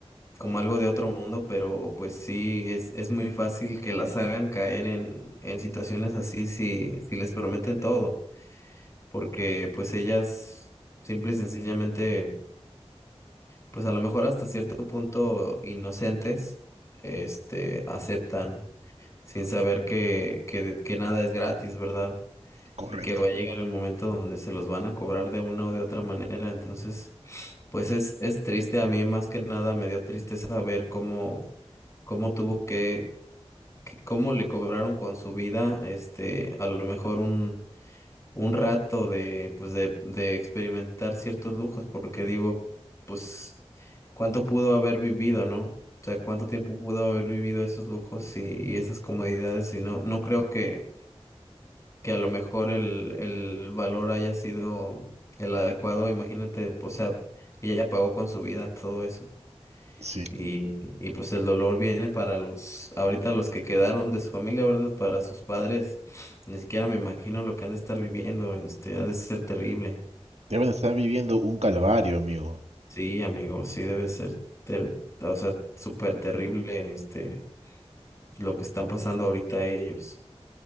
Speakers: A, on the left; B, on the right.
A: como algo de otro mundo, pero pues sí, es, es muy fácil que las hagan caer en, en situaciones así si, si les prometen todo, porque pues ellas simple y sencillamente, pues a lo mejor hasta cierto punto inocentes, este, aceptan sin saber que, que, que nada es gratis, ¿verdad?
B: correcto.
A: y que va a llegar el momento donde se los van a cobrar de una o de otra manera. Entonces, pues es, es triste. A mí más que nada me dio tristeza ver cómo, cómo tuvo que, que- cómo le cobraron con su vida, este, a lo mejor un, un rato de, pues de, de experimentar ciertos lujos, porque digo, pues, ¿cuánto pudo haber vivido, no? O sea, ¿cuánto tiempo pudo haber vivido esos lujos y, y esas comodidades? Y no, no creo que que a lo mejor el, el valor haya sido el adecuado, imagínate, pues, o sea, ella ya pagó con su vida todo eso.
B: Sí,
A: Y, y pues el dolor viene para los, ahorita los que quedaron de su familia, ¿verdad? Para sus padres, ni siquiera me imagino lo que han de estar viviendo, este, ha de ser terrible.
B: deben estar viviendo un calvario, amigo.
A: Sí, amigo, sí debe ser, ter- o sea, súper terrible, este, lo que están pasando ahorita ellos.